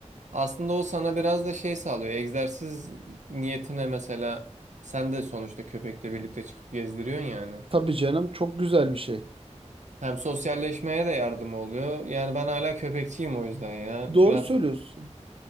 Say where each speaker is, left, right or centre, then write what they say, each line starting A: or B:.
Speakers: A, on the right (about 80°); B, on the right (about 50°).
A: Aslında o sana biraz da şey sağlıyor. Egzersiz niyetine mesela sen de sonuçta köpekle birlikte çıkıp gezdiriyorsun yani.
B: Tabii canım çok güzel bir şey.
A: Hem sosyalleşmeye de yardım oluyor. Yani ben hala köpekçiyim o yüzden ya.
B: Doğru
A: Biraz
B: söylüyorsun.